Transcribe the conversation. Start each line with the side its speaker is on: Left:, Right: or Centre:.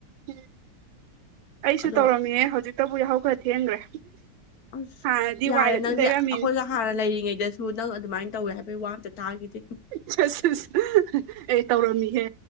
Right: ꯎꯝ ꯑꯩꯁꯨ
Left: ꯑꯗꯣ
Right: ꯇꯧꯔꯝꯃꯤꯍ‌ꯦ ꯍꯧꯖꯤꯛꯇꯕꯨ ꯌꯥꯍꯧ ꯈꯔ ꯊꯦꯡꯈ꯭ꯔꯦ
Left: ꯑꯁ
Right: ꯍꯥꯟꯅꯗꯤ
Left: ꯌꯥꯔꯦ
Right: ꯋꯥꯏꯒ ꯑꯗꯨꯝ
Left: ꯅꯪꯗꯤ
Right: ꯇꯩꯔꯝꯃꯤꯅꯤ
Left: ꯑꯩꯈꯣꯏꯒ ꯍꯥꯟꯅ ꯂꯩꯔꯤꯉꯩꯗ ꯁꯨ ꯅꯪ ꯑꯗꯨꯃꯥꯏꯅ ꯇꯧꯋꯦ ꯍꯥꯏꯕꯒꯤ ꯋꯥ ꯑꯝꯇ ꯇꯥꯈꯤꯗ‌ꯦ
Right: ꯆꯠꯁ ꯆꯠꯁ ꯑꯩ ꯇꯧꯔꯝꯃꯤꯍꯦ